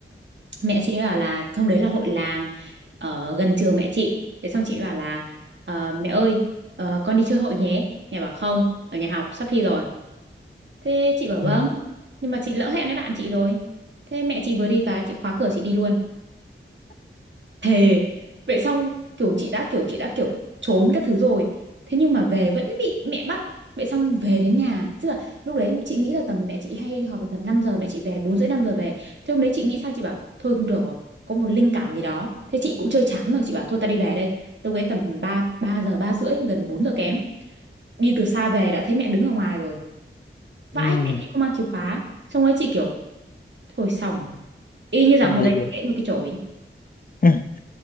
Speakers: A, on the right; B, on the left.
A: mẹ chị bảo là hôm đấy là hội làng ở gần trường mẹ chị. Thế xong chị bảo là "Ờ, mẹ ơi, ờ, con đi chơi hội nhé. Mẹ bảo không, ở nhà học sắp thi rồi. Thế chị bảo vâng,
B: Ừ.
A: nhưng mà chị lỡ hẹn với bạn chị rồi. Thế mẹ chị vừa đi cái chị khóa cửa chị đi luôn. Thề. Vậy xong kiểu chị đã kiểu chị đã kiểu trốn các thứ rồi. Thế nhưng mà về vẫn bị mẹ bắt. Vậy xong về đến nhà, tức là lúc đấy chị nghĩ là tầm mẹ chị hay đi họp về tầm năm giờ mẹ chị về 4 rưỡi 5 giờ về. Thế hôm đấy chị nghĩ sao chị bảo thôi không được rồi, có một linh cảm gì đó. Thế chị cũng chơi chán rồi chị bảo thôi ta đi về đây. Lúc đấy tầm 3 3 giờ 3 rưỡi gần 4 giờ kém. Đi từ xa về đã thấy mẹ đứng ở ngoài rồi.
B: Ừ.
A: Vãi mẹ chị không mang chìa khóa. Xong đấy chị kiểu thôi xong rồi. y như rằng
B: Đi
A: hôm đấy bị
B: về.
A: gãy một cái chổi
B: <laughs>